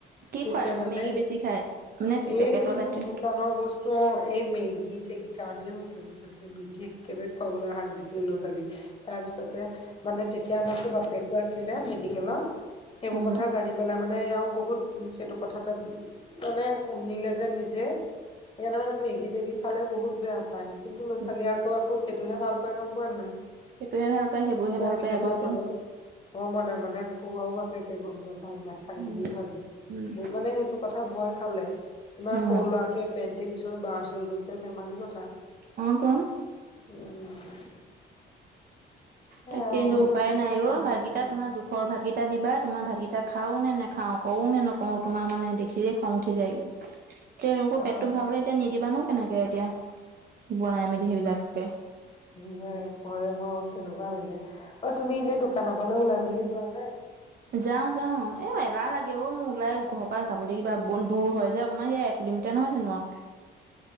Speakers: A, on the right (about 50°); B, on the left (about 25°).
A: কি
B: তেতিয়া
A: খুৱাই
B: মানে,
A: মেগী বেছি খায় মানে পেকেটৰ
B: এইবোৰ
A: জাতীয়
B: দোকানৰ বস্তু তো এই মেগী চেগি কাৰনে হৈছিলে বুলি কৈছিলে মেগীয়েক একেবাৰে খুৱাবলে হাক দিছিলে ল'ৰা -ছোৱালী তাৰ পিছতে মানে তেতিয়া আমাৰটো বাপেকো আছিলে মেডিকেলত সেইবোৰ
A: উম
B: কথা জানি পেলাই মানে এও বহুত সেইটো কথাতে মানে শুনিলে যে নিজে সেইকাৰণে মানে মেগী চেগি খালে বহুত বেয়া পায় কিন্তু ল'ৰা-ছোৱালীয়ে
A: অ
B: আক কৌ সেইটোহে ভাল পাই গম পোৱা নাই
A: সেইটোহে ভাল পায় সেইবোৰহে
B: মই
A: ভাল
B: কেতিয়াবা
A: পায় আকৌ তো
B: কলেও অ মনে মনে খোৱাও বাপেকে গম নাপায় নাখা য়
A: উম
B: বুলিয়ে ভাবে
A: উম
B: মোক মানে সেইটো কথা ভয় খালে ইমান
A: উম
B: সৰু ল'ৰা তে পেণ্টি কিছু বাচ হৈ গৈছে ধেমালি কথা
A: অ তু
B: উম
A: তাকে
B: আৰু এইবোৰ
A: হে উপায়
B: ল'ৰা ছোৱালীয়ে
A: নাই
B: শুনিব
A: অ ভাতকেইটা
B: লাগিব
A: তোমাৰ জোখৰ ভাতকেইটা দিবা তোমাৰ ভাতকেইটা খাও নে নেখাও, কউ নে নকউ তোমাৰ মানে দেখিৰে খং উঠি যায়গে এক তেওঁলোকৰ
B: কাৰণ
A: পেটটো ভৱাবলে এতিয়া নিদিবা নু কেনেকে এতিয়া বনাই মেলি সেইবিলাক পে
B: নিজৰেপৰে ভৰকে দুবাৰ বাজে অ তুমি এনে দোকানৰ ফালে ওলাই মেলি যোৱা নে?
A: যাও যাও এ এলাহ লাগে অ মো ওলাই ঘৰ পা যাবলে কিবা বন দূৰ হয় যে অকণমান সে এক কিলোমিটা নহয় জানোঁ
B: <inaudible>